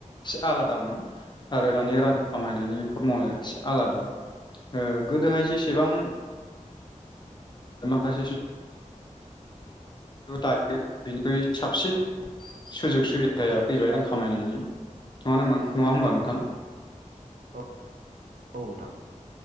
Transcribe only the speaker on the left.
एसे आलादामोन आरो दानि रां खामायनायनि फरमुलाया एसे आलादा ओ गोदोहाय जेसेबां माखासे दायो बइनिख्रुइ साबसिन सुजुग सुबिदाया फैबाय आं खामायनायनि नङा नामा नङा होमबा नोंथां